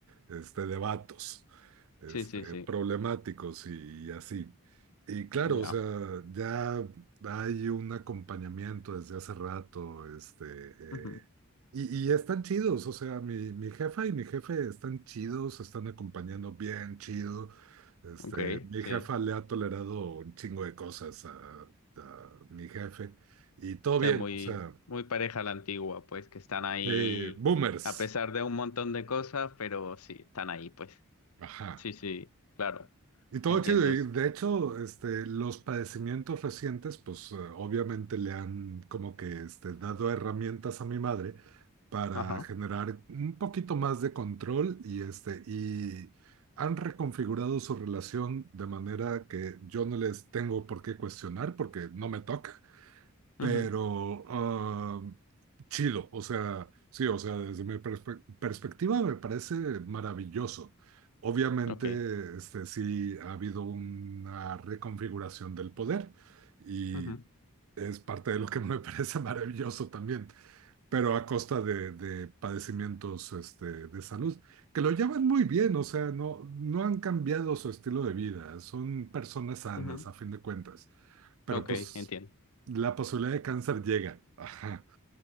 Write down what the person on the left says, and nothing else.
sí, sí, sí,
ya,
ujú,
Ok,
sí,
o sea,
muy,
muy pareja la antigua, pues que están ahí
a pesar de un montón de cosas, pero sí, están ahí, pues,
sí, sí, claro,
entiendo,
ajá,
ujú,
Ok,
ujú,
ujú,
Ok,
entiendo.